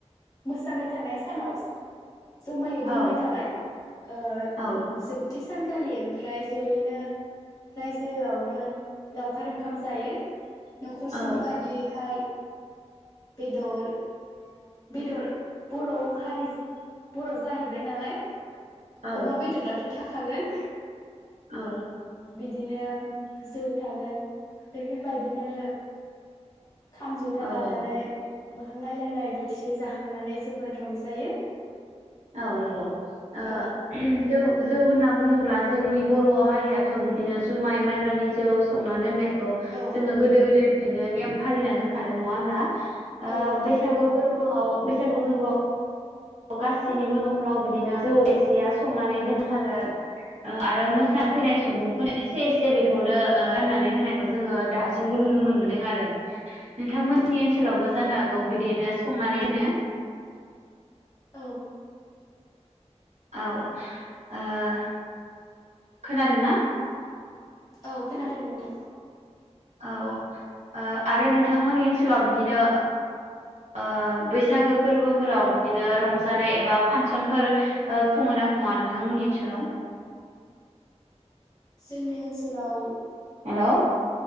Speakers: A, on the left (about 30°); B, on the right (about 75°).
A: मोसाबाय थानाय सानाव जमायै
B: औ
A: दोनबाय थाबाय ओ
B: औ
A: जोबथि सानखालि ओमफ्राय जयैनो रायजोआवनो लावखार ओंखाम जायो न'खरसेनि
B: औ
A: बादियैहाय बेदर बेदर बर' हारि बर' जाहैबाय नालाय
B: औ
A: अमा बेदराथ' थाखागोन
B: औ
A: बिदिनो जौ थागोन बेफोरबायदिनो खाम, जथा
B: औ
A: लानानै मोखां नायलायलाइ बो थिसे जाखांनानै जोबोद रंजायो।
B: औ नंगौ ओ
A: औ
B: जौ जौ होनना बुङोब्ला जोंनि बर' हारियाथ' बिदिनो जुमाय माइब्रानि जौ संनानै दोननाय खौ
A: औ
B: जोङो गोदो गोदायनिफ्रायनो नेम फालिना दोनखादों नङा होनब्ला? आ
A: औ नोंथां
B: बैसागु फोर बोआव बैसागु फोरबोआव गासैनिबो न'खराव बिदिनो जौ एसेया संनानै दोनथारो। औ आरो मोसाफैनाय
A: औ
B: सुबुंफोर एसे एसे बेखौनो ओ राननानै होनायखौ जोङो दासिमबो नुनो मोनबोदों आरो नोंथांमोन नि ओनसोलावबो जानो
A: औ
B: हागौ बिदिनो संनानै दोनो?
A: औ
B: औ ओ खोनादों ना?
A: औ खोनादों नोंथां
B: औ ओ आरो नोंथांमोननि ओनसोलाव बिदिनो ओ बैसागो फोरबोफोराव बिदिनो रंजानाय एबा फांसनफोर ओ खुङो ना खुङा नोंथांमोननि ओनसोलाव?
A: जोंनि ओनसोलाव
B: हेलौ